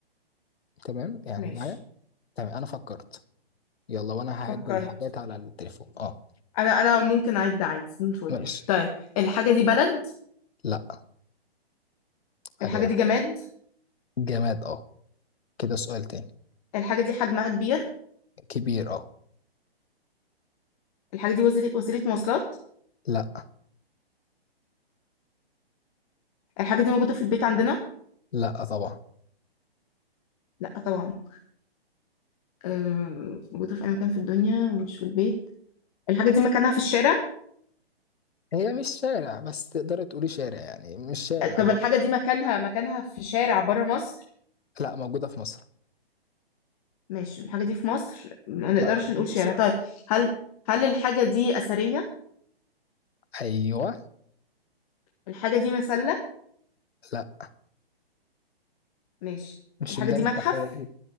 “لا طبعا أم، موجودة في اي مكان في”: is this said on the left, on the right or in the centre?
Left